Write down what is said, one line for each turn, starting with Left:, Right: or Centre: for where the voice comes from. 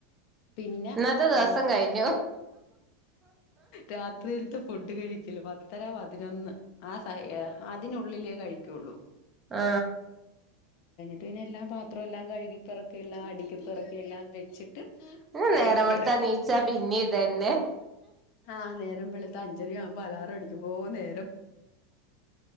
Left: പിന്നെ
Right: ഇന്നത്തെ ദിവസം
Left: ആ
Right: കഴിഞ്ഞു
Left: രാത്രിൽത്തെ ഫുഡ് കഴിക്കൽ. ല് പത്തര പതിനൊന്ന് ആ സ ഏ അതിനുള്ളിലേ കഴിക്കൂളൂ.
Right: ആ
Left: റ്റുവിന്നെല്ലാം പാത്രോല്ലാം കഴുകിപ്പെറുക്കി എല്ലാം അടിക്കിപെറുക്കിയെല്ലാം വെച്ചിട്ട്
Right: ഇന്ന്
Left: കേറി
Right: നേരം
Left: കെടക്കും
Right: വെളുത്താ നീച്ചാ പിന്നിം ഇതന്നെ
Left: ആ നേരം വെളുത്ത അഞ്ചര ആമ്പ അലാറടിക്കുമ്പ ഓ നേ